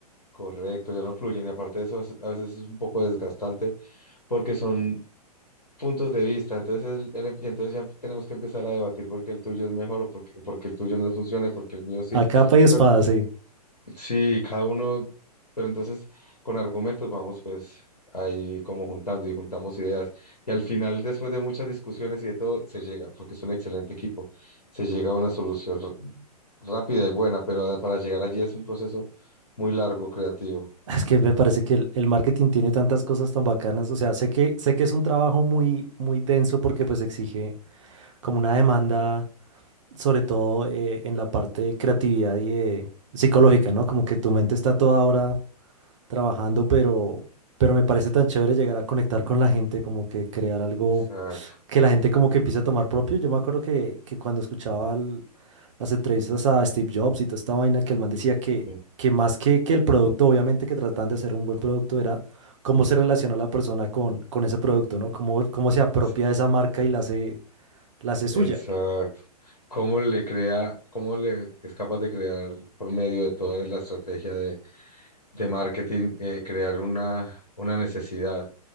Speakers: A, on the left; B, on the right.
A: correcto, ya no fluyen. Y aparte de eso, es- a veces es un poco desgastante porque son puntos de vista. Entonces, él- él- entonces ya tenemos que empezar a debatir porque el tuyo es mejor o porque, porque el tuyo no funciona, y porque el mío sí.
B: A capa y espada,
A: Pero,
B: sí.
A: sí, cada uno, pero entonces con argumentos vamos pues ahí como juntando y juntamos ideas. Y al final, después de muchas discusiones y de todo, se llega, porque es un excelente equipo, se llega a una solución r- rápida y buena, pero eh, para llegar allí es un proceso muy largo, creativo.
B: <laughs> Es que me parece que el, el marketing tiene tantas cosas tan bacanas. O sea, sé que, sé que es un trabajo muy, muy denso porque pues exige como una demanda, sobre todo eh, en la parte de creatividad y de psicológica, ¿no? Como que tu mente está toda ahora trabajando, pero, pero me parece tan chévere llegar a conectar con la gente, como que crear algo
A: Exacto.
B: que la gente como que empiece a tomar propio. Yo me acuerdo que, que cuando escuchaba el- las entrevistas a Steve Jobs y toda esta vaina, que el man decía que,
A: sí,
B: que más que, que el producto, obviamente que trataban de hacer un buen producto, era cómo se relaciona la persona con, con ese producto, ¿no? Cómo, cómo se apropia
A: es-
B: de esa marca y la hace, la hace suya.
A: Exacto. cómo le crea, cómo le es capaz de crear por medio de toda la estrategia de, de marketing, eh, crear una, una necesidad.